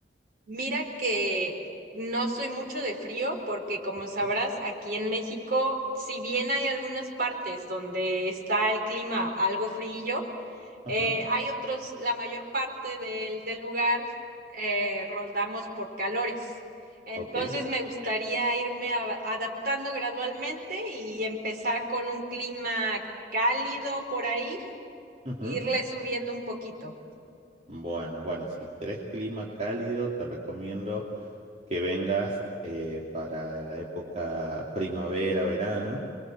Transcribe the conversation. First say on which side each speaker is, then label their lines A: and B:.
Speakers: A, on the right (about 60°); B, on the right (about 40°).
A: Mira que no soy mucho de frío porque como
B: Ok,
A: sabrás, aquí en México, si bien hay algunas partes donde está el clima algo frío,
B: ajá,
A: eh, hay otros, la mayor parte del, del lugar eh, rondamos por calores. Entonces
B: ok.
A: me gustaría irme a- adaptando gradualmente y empezar con un clima cálido por ahí,
B: ujú.
A: e irle subiendo un poquito.
B: Bueno, bueno, si querés clima cálido, te recomiendo que vengas eh, para la época primavera, verano,